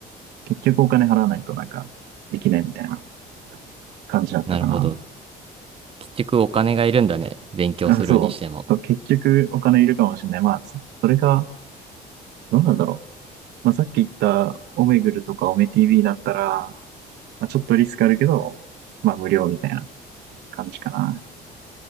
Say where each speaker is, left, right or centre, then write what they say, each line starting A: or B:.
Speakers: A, on the right; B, on the right.
A: 結局お金払わないとなんかできないみたいな。感じだったかな。
B: なるほど。結局お金がいるんだね。勉強するにしても。
A: あ、そう。結局お金いるかもしれない。まあ、そそれか、どうなんだろう。まあ、さっき言ったオメグルとかオメ TV だったら、まあ、ちょっとリスクあるけど、まあ無料みたいな感じかな。